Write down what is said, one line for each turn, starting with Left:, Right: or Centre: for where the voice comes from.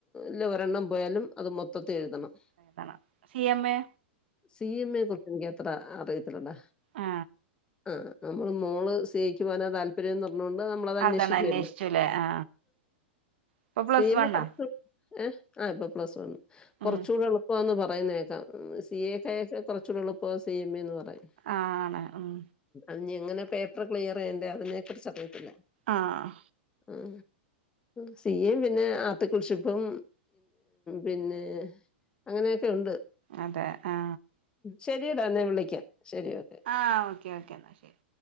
Left: ല്ലെ ഒരെണ്ണം പോയാലും അത് മൊത്തത്തിൽ എഴുതണം
Right: എഴുതണം C M A
Left: C M A കുറിച്ച് എനിക്കത്ര അറിയ ല്ലടാ
Right: ആ
Left: ആ നമ്മള് മോള് സി എ ക്ക് പോവാനാ താല്പര്യംഎന്ന് പറഞ്ഞോണ്ട് ന മ്മൾ അത് അന്വേഷിക്കല്ലോ
Right: അതാണ് അന്വേഷിച്ചുല്ലേ ആ ഇപ്പൊ പ്ലസ്
Left: സി എം
Right: വണ്ണാ
Left: പുറത്ത് ഏഹ് ആഹ് ഇപ്പൊ പ്ലസ് വൺ കുറച്ചുടെ
Right: ഉം
Left: എളുപ്പാന്ന് പറയുന്നേക്കാം സി എ ക്കെ കുറച്ചൂടെ എളുപ്പാ സി എം എ എന്ന് പറയും
Right: ആണ് മ്
Left: ഇന്ന്എങ്ങനെ പേപ്പർ ക്ലിയർ ചെയ്യണ്ടേ അതിനെക്കുറിച്ച് അറിയത്തില്ല
Right: ആഹ്
Left: ഉം സി എം പിന്നെ ആർട്ടിക്കൾഷിപ്പും പിന്നെ അങ്ങനെയൊക്കെ ഉണ്ട്
Right: അതെ ആ
Left: ശരിടാ എന്നാൻ വിളിക്കാം ശരി ഓക്കെ
Right: ആ ഓക്കെ ഓക്കെ എന്നാൽ ശരി